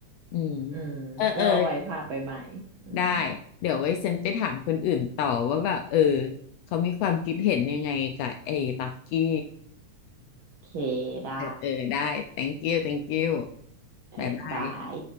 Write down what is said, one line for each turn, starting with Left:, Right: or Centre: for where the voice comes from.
Left: อืม
Right: อืมก็ไว้พาไปใหม่อืม
Left: เออเออได้เดี๋ยวไว้ฉันไปถามคนอื่นต่อว่าแบบเออเขามีความคิดเห็นยังไงกับไอ้ลักกี้
Right: โอเคได้
Left: เออเออได้ thank you thank you
Right: เออบาย
Left: บายบาย